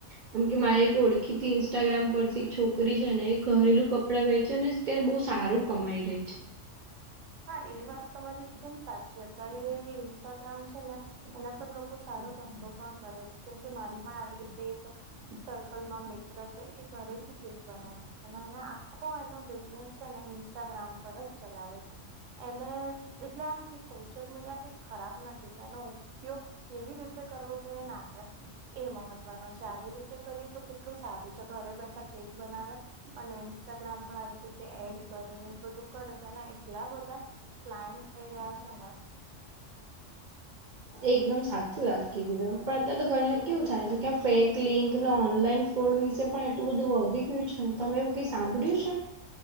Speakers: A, on the right (about 65°); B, on the right (about 80°).
A: કેમ કે મારે એક ઓળખી તી ઇન્સ્ટાગ્રામ પરથી એક છોકરી છે ને એક ઘરેલું કપડા વેચે ને અત્યારે બો સારું કમાઈ રહી છે.
B: હા એ વાત તમારી એકદમ સાચી અત્યારે ઇન્સ્ટાગ્રામ છે ને એના પર લોકો સારો ધંધો પણ કરે છે જેમ કે મારી પણ આવી રીતે સર્કલ માં મિત્ર જ એ ઘરેથી કેક બનાવે છે આખો એનો બિઝનેસ છે ને ઇન્સ્ટાગ્રામ પર ચલાવે છે એને એટલે આમ કે સોશિયલ મીડિયા કઈ ખરાબ નથી તેનો ઉપયોગ કેવી રીતે કરવો જોઈએ ના આપડે એ મહત્વનો છે આવી રીતે કરીએ તો એટલું સારું છે ઘરે બેઠા કેક બનાવે અને ઇન્સ્ટાગ્રામ પણ આવે એડ કરી ને એ બધું કરે તો એને એટલા બધા ક્લાયન્ટ થઈ ગયા છે ને <inaudible>
A: એકદમ સાચી વાત કીધી તમેં પણ અત્યારે તો ઘણી વાર કેવું થાય છે કે ફેક લિંક નો ઓનલાઈન વિસે પણ એટલું બધું વધી ગયું છે ને તમે એવું કઈ સાંભળ્યું છે?